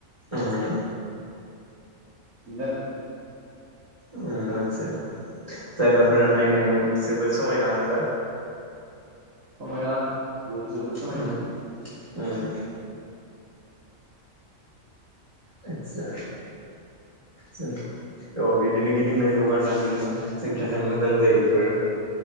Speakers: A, on the right; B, on the right.
A: उम
B: बिनो आरो
A: उम आतसा जायगाफोरा नायनायाव जोबोद समायना मोनबा
B: समायना बहुद जोबोद समायना।
A: उम उम आदसा जों औ बिदिनो गिदिंनांगौ आरोना जोङो जों मोजां जायो
B: औ
A: इफोरो